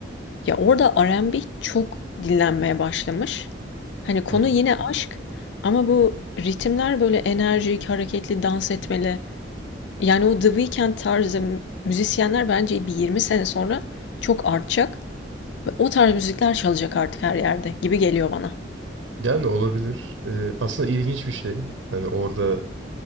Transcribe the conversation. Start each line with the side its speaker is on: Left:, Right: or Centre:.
Left: Ya orada R&B çok dinlenmeye başlamış. Hani konu
Right: Hı hı.
Left: yine aşk ama bu ritimler böyle enerjik, hareketli, dans etmeli. Yani o The Weeknd tarzı müzisyenler bence bir 20 sene sonra çok artacak ve o tarz müzikler çalacak artık her yerde gibi geliyor bana.
Right: Yani olabilir. Ee, aslında ilginç bir şey. Hani orada